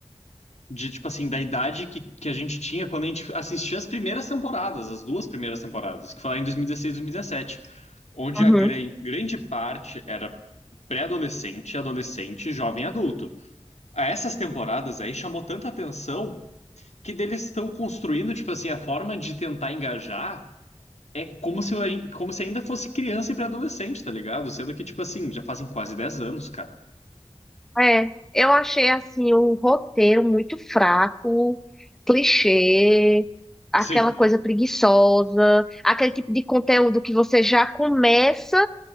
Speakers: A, on the left; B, in the centre.
A: de, tipo assim, da idade que, que a gente tinha quando a gente assistia as primeiras temporadas, as duas primeiras temporadas, que foi lá em 2016 e 2017, onde
B: Uhum.
A: a gran- grande parte era pré-adolescente, adolescente, jovem adulto. A essas temporadas aí chamou tanta atenção que eles estão construindo, tipo assim, a forma de tentar engajar é como se eu, ain- como se ainda fosse criança e pré-adolescente, tá ligado? Sendo que, tipo assim, já fazem quase dez anos, cara.
B: É, eu achei assim o roteiro muito fraco, clichê, aquela
A: Sim,
B: coisa preguiçosa, aquele tipo de conteúdo que você já começa